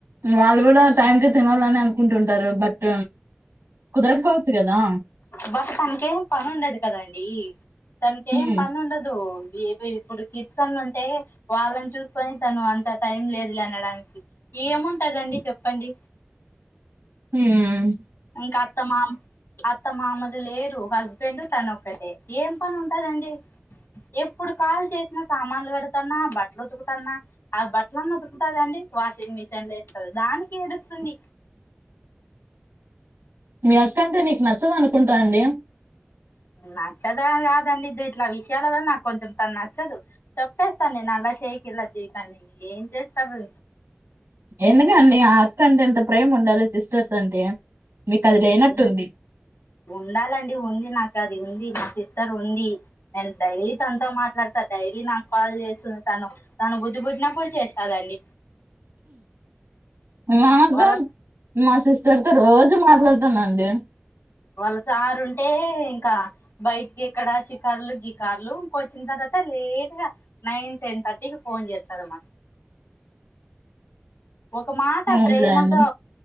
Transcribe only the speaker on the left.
బట్ తనకేం పని ఉండదు కదండి తనకేం
పని ఉండదు ఏ ఇప్పుడు కిడ్స్ అన్న ఉంటే వాళ్ళని చూసుకొని తను అంత టైం లేదు లే అనడానికి ఏముంటదండి చెప్పండి
ఇంకా అత్త మాం అత్త మామను లేరు హస్బెండ్ తను ఒక్కటే ఏం పని ఉంటదండి ఎప్పుడు కాల్ చేసిన సామాన్లు కడుతంన్నా బట్ట బట్టలు ఉతుకుతన్నా ఆ బట్టలలను ఉతుకుతదండి వాషింగ్ మిషన్ లో ఏస్తంది దానికి ఏడుస్తుంది
నచ్చద కాదండి ఇట్లా విషయాలలో నాకు కొంచెం తను నచ్చదు తప్పేస్తాను నేను అ అలా చేయ్యకి ఇలా చేయ్యకనీ ఏం చేస్తారు
ఉండా ఉండాలండి ఉంది నాకు అది దీ సిస్టర్ ఉంది నేను డైలీ తనతో మాట్లాడతా డైలీ నాకు కాల్ చేస్తుంది తను తాను బుద్ధి పుట్టినప్పుడు చేస్తాదండి
వాళ్ళ
వాళ్ళ సారు ఉంటే ఇంకా బయటికి ఎక్కడ షికారులు గికార్లు వచ్చిన తర్వాత లేట్ గా నైన్ టెన్ థర్టీ కి ఫోన్ చేస్తదన్నమాట ఒక మాట
ప్రేమతో